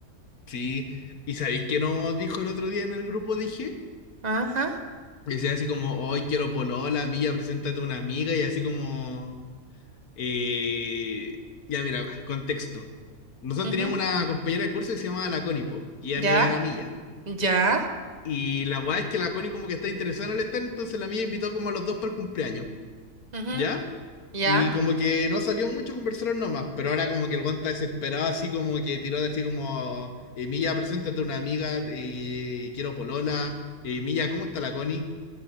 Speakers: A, on the left; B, on the right.
A: Sí, y ¿sabéis qué nos dijo el otro día en el grupo? Dije,
B: Ajá,
A: decía así como, hoy quiero polola, milla, preséntate a una amiga y así como, eh, ya mira, contexto. Nosotros
B: ujú,
A: teníamos una compañera de curso que se llamaba la Connie, po, y ella amiga
B: ya,
A: de la milla.
B: ya,
A: Y la weá es que la Connie como que está interesada en el stand, entonces la milla invitó como a los dos para el cumpleaños.
B: ujú,
A: ¿Ya?
B: ya,
A: Y como que no salió mucho, conversaron nomás, pero ahora como que el guanta desesperado, así como que tiró de así como, eh, Milla, preséntate a una amiga, eh, quiero polola, eh, Milla, ¿cómo está la Connie?